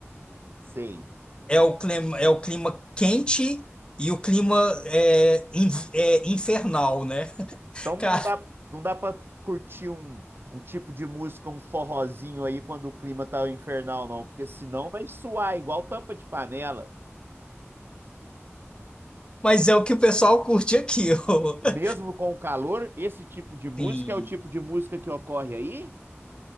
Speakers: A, on the right; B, on the left.
A: sei.
B: É o clima, é o clima quente e o clima é, in- é, infernal, né? <laughs>
A: Então não
B: Cara.
A: não dá, não dá para curtir um, um tipo de música, um forrozinho aí quando o clima tá infernal, não, porque senão vai suar igual tampa de panela.
B: Mas é o que o pessoal curte aqui. ó. <laughs>
A: Mesmo com o calor, esse tipo de música
B: Sim.
A: é o tipo de música que ocorre aí?